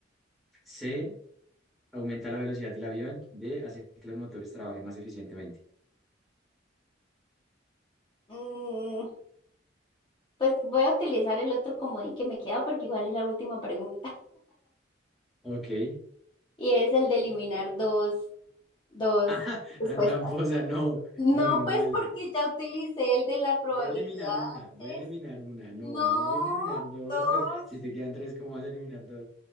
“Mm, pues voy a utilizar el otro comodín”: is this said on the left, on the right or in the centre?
Left